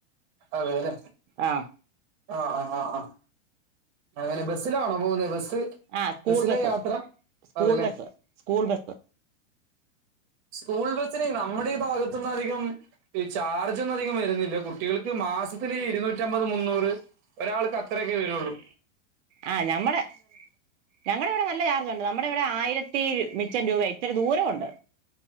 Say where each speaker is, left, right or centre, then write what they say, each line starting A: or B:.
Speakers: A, on the right; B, on the right.
A: അതെലേ
B: ആഹ്
A: ആഹ് ആഹ് ആഹ് ആഹ് അങ്ങനെ ബെസ്സിലാണോ പോകുന്നെ? ബെസ് ത്
B: ആഹ് സ്കൂൾ
A: ബെസിലാ
B: ബസ്
A: യാത്ര
B: സ്കൂൾ
A: അതെ ലേ
B: ബസ് സ്കൂൾ ബെസ്സ്
A: സ്കൂൾ ബെസിനെ നമ്മടെ ഈ ഭാഗത്ത്ന്ന് അധികം ഈ ചാർജൊന്നും അധികം വര്ന്നില്ല കുട്ടികൾക്ക് മാസത്തില് ഇരുന്നൂറ്റമ്പത് മുന്നൂറ് ഒരാൾക്ക് അത്രയൊക്കെ വരൊള്ളൂ
B: ആ നമ്മടെ ഞങ്ങടെ ഇവ്ടെ നല്ല ചാർജൊണ്ട് നമ്മടെ ഇവ്ടെ ആയ്രത്തി മിച്ചം രൂപ ഇത്തരി ദൂരം ഒണ്ട്.